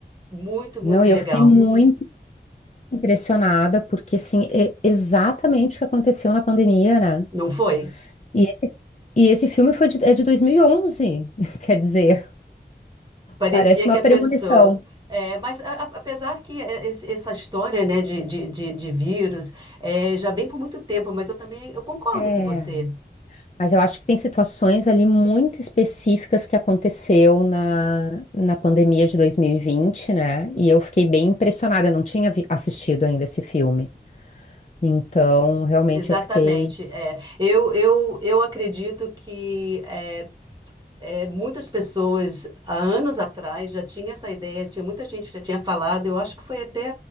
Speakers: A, on the right; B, on the left.
A: muito,
B: Não,
A: muito
B: e
A: legal.
B: eu fiquei muito impressionada, porque assim, é exatamente o que aconteceu na pandemia, né?
A: Não foi?
B: E esse, e esse filme foi de, é de 2011, <laughs> quer dizer,
A: Parecia
B: parece uma
A: que a
B: premonição.
A: pessoa. É, mas a- a- apesar que é, esse- essa história, né, de, de, de, de vírus é, já vem por muito tempo, mas eu também eu concordo
B: É.
A: com você.
B: Mas eu acho que tem situações ali muito específicas que aconteceu na, na pandemia de 2020, né? E eu fiquei bem impressionada, eu não tinha vi- assistido ainda esse filme. Então, realmente
A: Exatamente.
B: eu fiquei.
A: É. Eu, eu, eu acredito que é, É, muitas pessoas, há anos atrás, já tinha essa ideia, tinha muita gente que já tinha falado, eu acho que foi até